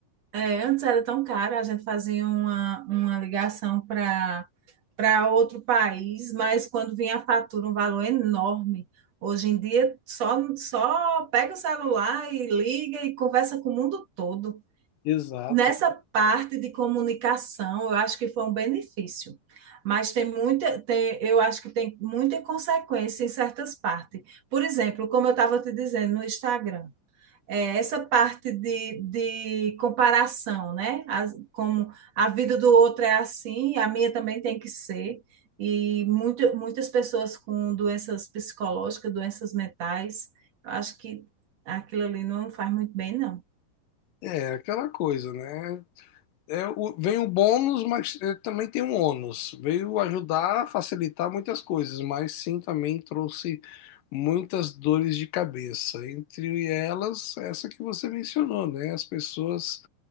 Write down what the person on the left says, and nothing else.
Exato.
É aquela coisa, né? É, o- vem o bônus, mas é, também tem um ônus. Veio ajudar a facilitar muitas coisas, mas sim também trouxe muitas dores de cabeça. Entre elas, essa que você mencionou, né? As pessoas